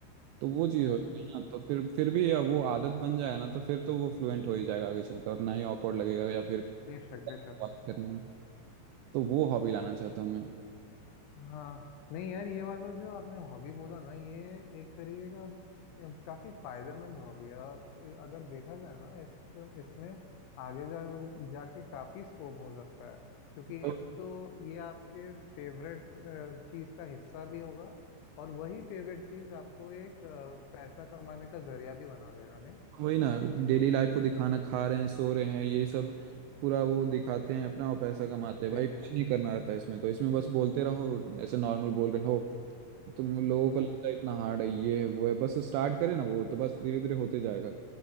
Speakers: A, on the right; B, on the left.
A: तो वो चीज़
B: हम्म
A: होती
B: हम्म हम्म
A: है ना तो फिर फिर भी अब वो आदत बन जाएगा ना तो फिर तो वो फ्लुएंट हो ही जाएगा आगे चल के और ना ही awkward लगेगा या फिर
B: बेशक बेशक
A: बात करने में। तो वो हॉबी लाना चाहता हूँ मैं
B: हाँ नहीं यार ये वाला जो आपने हॉबी बोला ना ये एक तरीके का अ, काफी फायदेमंद हॉबी है और अ, अगर देखा जाए ना इसको इसमें आगे जा जाके काफी स्कोप हो सकता है क्योंकि
A: <laughs>
B: एक तो ये आपके फेवरेट चीज का हिस्सा भी होगा और वही फेवरेट चीज आपको एक अ, पैसा कमाने का जरिया भी बना देगा नहीं
A: वही ना डेली लाइफ को दिखाना खा रहे हैं सो रहे हैं यही सब पूरा वो दिखाते हैं अपना और पैसा कमाते हैं
B: जी
A: भाई कुछ
B: जी
A: नहीं करना रहता है इसमें तो इसमें बस बोलते रहो ऐसे नॉर्मल बोल रहे हो तुम लोगों
B: हम्म
A: को लगता है इतना हार्ड है ये है, वो है बस स्टार्ट करें ना वो तो बस धीरे धीरे होते जाएगा